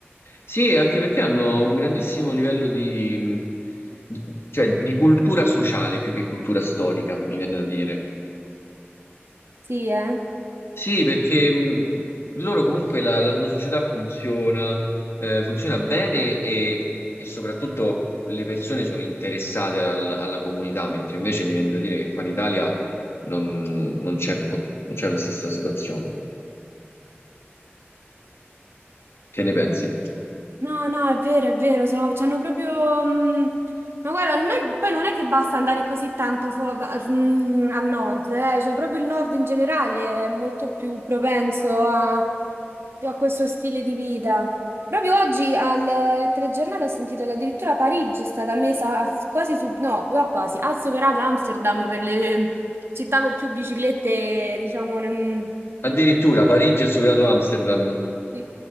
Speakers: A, on the left; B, on the right.
A: Sì, anche perché hanno un grandissimo livello di, di- cioè, di cultura sociale più che cultura storica, mi viene da dire.
B: Sì, eh?
A: Sì, perché mh, loro comunque la, la loro società funziona, eh, funziona bene e, e soprattutto le persone sono interessate al- alla comunità, mentre invece mi viene da dire che qua in Italia non, non c'è un po', non c'è la stessa situazione. Che ne pensi?
B: No, no, è vero, è vero, so- c'hanno proprio... mh, ma guarda, non è- poi non è che basta andare così tanto fu- a- mh, al nord, eh, cioè proprio il nord in generale è molto più propenso a, a questo stile di vita. Proprio oggi al eh, telegiornale ho sentito che addirittura Parigi è stata messa a- quasi su... no, no, quasi, ha superato Amsterdam per le città con più biciclette, diciamo, nel...
A: Addirittura Parigi ha superato Amsterdam.
B: Sì,